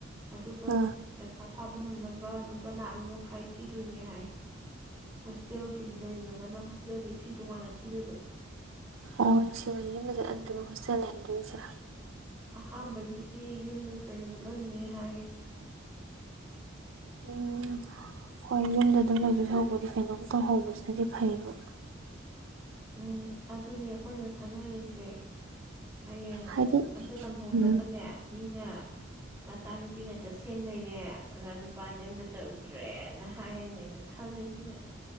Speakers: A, on the right; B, on the right.
A: ꯑꯗꯨꯒ
B: ꯑꯥ
A: ꯄꯩꯈꯥ ꯊꯥꯕ ꯅꯪꯂꯕ ꯂꯨꯄꯥ ꯂꯨꯄꯥ ꯂꯥꯛ ꯑꯃ ꯃꯈꯥꯏ ꯊꯤꯗꯣꯏꯅꯦ ꯍꯥꯏ ꯍꯣꯁꯇꯦꯜꯒꯤ ꯂꯩꯔꯤꯉꯒꯅ ꯍꯣꯁꯇꯦꯜꯒꯤ ꯐꯤ ꯇꯣꯉꯥꯟꯅ ꯊꯤꯗꯣꯏꯕ
B: ꯑꯣ ꯁꯤꯕ ꯌꯦꯡꯕ ꯆꯠꯍꯟꯗꯣꯏꯅ ꯍꯣꯁꯇꯦꯜ ꯂꯩꯍꯟꯗꯣꯏꯔꯤꯁꯤꯔ
A: ꯑꯍꯥꯥꯟꯕꯒꯤꯗꯤ ꯌꯨꯝꯗꯒꯤ ꯀ ꯑꯣꯏꯅ ꯆꯠꯍꯜꯅꯤ ꯍꯥꯏ
B: ꯎꯝ ꯍꯣꯏ ꯌꯨꯝꯗ ꯗꯨꯝ ꯂꯧꯗꯧꯁꯔꯨꯛꯃꯨꯗꯤ ꯀꯩꯅꯣꯝ ꯇꯧꯍꯧꯕꯁꯤꯅꯗꯤ ꯐꯩꯌꯦꯕ
A: ꯎꯝ ꯑꯗꯨꯅꯦ ꯑꯩꯈꯣꯏꯅ ꯈꯟꯅꯔꯤꯖꯦ ꯍꯌꯦꯡ
B: ꯍꯥꯏꯗꯤ
A: ꯑꯝꯇ ꯆꯝꯍꯧꯗ꯭ꯔꯒꯅꯦ
B: ꯎꯝ
A: ꯃꯤꯅ ꯃꯆꯥꯅꯨꯄꯤ ꯉꯠꯇ ꯁꯦꯝ ꯂꯩꯔꯦ ꯑꯣꯖꯥ ꯅꯨꯄꯥꯗꯤ ꯑꯝꯇ ꯇꯧꯗ꯭ꯔꯦꯅ ꯍꯥꯏꯌꯦꯅꯦꯅ ꯈꯜꯂꯤꯅꯤ